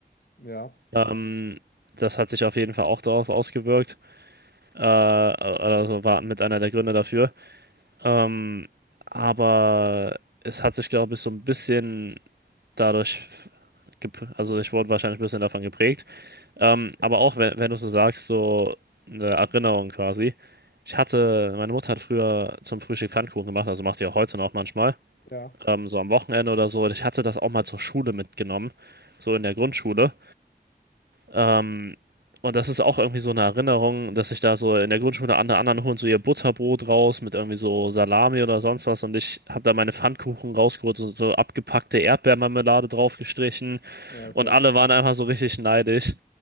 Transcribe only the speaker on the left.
Ja,
ja,
ja, Alter.